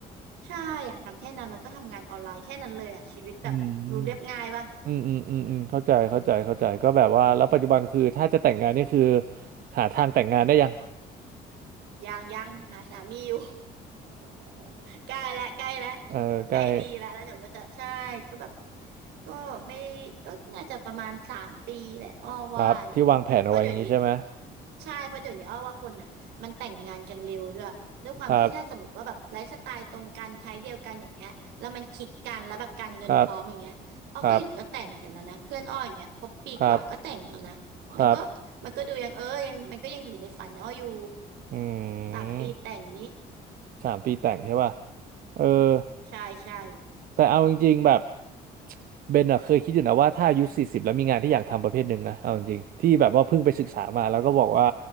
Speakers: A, on the right; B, on the right.
A: ใช่อยากทำแค่นั้นแล้วก็ทำงานออนไลน์แค่นั้นเลยอ่ะชีวิตแบบดูเรียบง่ายป่ะ
B: อืมอืมอืมอืมอืมเข้าใจเข้าใจเข้าใจก็แบบว่าแล้วปัจจุบันคือถ้าจะแต่งงานนี่คือหาทางแต่งงานได้ยัง
A: ยังยังหาสามีอยู่ ใกล้และใกล้และ
B: <laughs> เออใกล้
A: ใกล้มีและแล้วเดี๋ยวก็จะใช่ก็แบบก็ไม่ก็น่าจะประมาณสามปีแหละอ้อว่านะเพราะเดี๋ยวนี้
B: ครับที่วางแผนเอาไว้อย่างนี้ใช่ไหม
A: ใช่เพราะเดี๋ยวนี้อ้อว่าคนอ่ะมันแต่งงานกันเร็วด้วยด้วยความที่ถ้าสมมติว่าแบบไลฟ์สไตล์ตรงกันไทป์เดียวกันอย่างเงี้ยแล้วมันคลิกกันแล้วแบบการเงินพร้อมอย่างเงี้ยอ้อก็เห็นก็แต่งกันแล้วนะเพื่อนอ้ออย่างเงี้ยคบปีกว่าก็แต่งแล้วนะมันก็มันก็ดูยังเออยังมันก็ยังอยู่ในฝันอ้ออยู่
B: ครับครับครับครับครับอื
A: สามปีแต่งนี้
B: มสามปีแต่งใช่ป่ะเออ
A: ใช่ใช่
B: แต่เอาจริงๆแบบเบนอะเคยคิดอยู่นะว่าถ้าอายุสี่สิบแล้วมีงานที่อยากทำประเภทหนึ่งนะเอาจริงๆที่แบบว่าเพิ่งไปศึกษามาแล้วก็บอกว่า